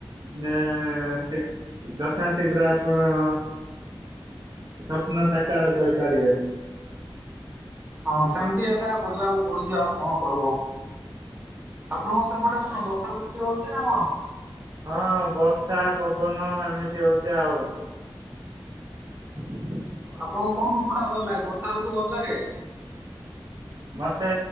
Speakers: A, on the right; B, on the right.
A: ଜେ ସେ ଯଥା ଶୀଘ୍ର ଆପଣ ସ୍ୱପ୍ନ ସାକାର କରିପାରିବେ।
B: ହଁ ସେମିତି ଏକା କରିବାକୁ ପଡୁଛି ଆଉ କଣ କରବ। ଆପଣଙ୍କ ସେପଟେ କଣ ବର୍ଷା ବୁର୍ଷି ହଉଛି ନା କଣ?
A: ହଁ ବର୍ଷା ପବନ ଏମିତି ହଉଛି ଆଉ। ହଁ।
B: ଆପଣଙ୍କୁ କୋଉ ଋତୁଟା ଭଲ ଲାଗେ ବର୍ଷା ଋତୁ ଭଲ ଲାଗେ?
A: ମତେ